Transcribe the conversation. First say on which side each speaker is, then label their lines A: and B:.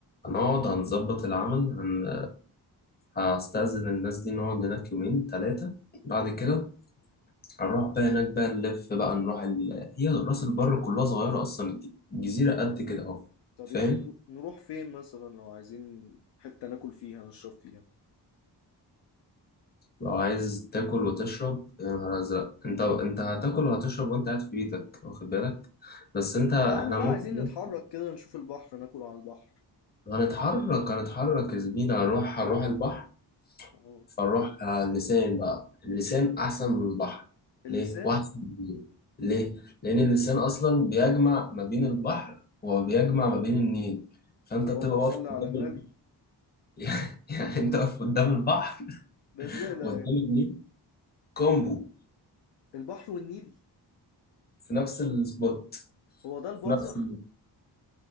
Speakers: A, on the left (about 25°); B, on the left (about 75°).
A: هنقعد هنظبط العمل هن... هستأذن الناس دي نقعد هناك يومين تلاتة بعد كده هنروح بقى هناك بقى نلف بقى نروح ال... هي راس البر كلها صغيرة أصلا الج- الجزيرة قد كده أهو
B: طب
A: فاهم
B: يعني نرو- نروح فين مثلا لو عايزين حتة ناكل فيها نشرب فيها
A: لو عايز تاكل وتشرب يا نهار أزرق أنت أنت هتاكل وهتشرب وأنت قاعد في بيتك واخد بالك بس أنت إحنا
B: يا عم لا
A: ممكن
B: عايزين نتحرك كده نشوف البحر ناكل على البحر
A: هنتحرك هنتحرك يا زميلي هنروح هنروح البحر
B: أه.
A: فنروح على اللسان بقى اللسان أحسن من البحر
B: اللسان
A: ليه؟ وأحسن من النيل ليه؟ لأن اللسان أصلا بيجمع ما بين البحر وبيجمع ما بين النيل فأنت
B: اللهم
A: بتبقى واقف
B: صل على
A: قدام
B: النبي
A: ال... <laughs> يعني أنت واقف قدام البحر
B: ده ازاي ده
A: وقدام النيل كومبو
B: البحر والنيل
A: في نفس السبوت
B: هو ده البرزخ
A: في نفس ال...